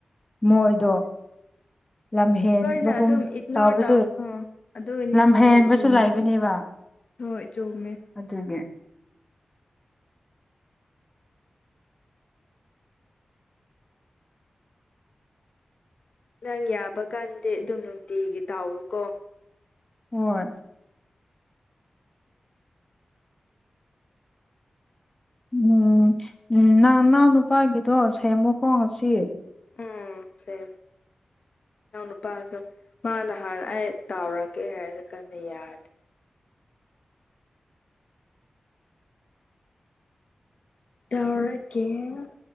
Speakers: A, on the left (about 20°); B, on the left (about 50°).
A: ꯃꯣꯏꯗꯣ ꯂꯝ ꯍꯦꯟꯕꯒꯨꯝ
B: ꯂꯣꯏꯅ ꯑꯗꯨꯝ ꯏꯒꯅꯣꯔ
A: ꯇꯕꯁꯨ
B: ꯇꯧ ꯑꯥ ꯑꯗꯨꯒꯤꯅꯦ
A: ꯂꯝ
B: ꯍꯣꯏ
A: ꯍꯦꯟꯕꯁꯨ
B: ꯍꯣꯏ ꯆꯨꯝꯃꯦ
A: ꯂꯩꯕꯅꯦꯕ
B: ꯍꯣꯏ ꯆꯨꯝꯃꯦ
A: ꯑꯗꯨꯒꯤ
B: ꯅꯪ ꯌꯥꯕ ꯀꯥꯟꯗꯤ ꯑꯗꯨꯝ ꯅꯨꯡꯇꯤꯒꯤ ꯇꯥꯎ ꯎꯀꯣ
A: ꯍꯣꯏ ꯎꯝ ꯎꯝ ꯅꯪ ꯅꯥꯎ ꯅꯨꯄꯥꯒꯤꯗꯣ ꯁꯦꯝꯃꯣ ꯈꯣꯡꯉꯁꯤ
B: ꯎꯝ ꯁꯦ ꯅꯅꯥꯎ ꯅꯨꯄꯥꯁꯨ ꯃꯥ ꯅꯍꯥꯟꯅ ꯑꯩ ꯇꯥꯎꯔꯛꯀꯦ ꯍꯥꯏꯔ ꯀꯥꯟꯗ ꯌꯥꯗꯦ ꯇꯧꯔꯒꯦ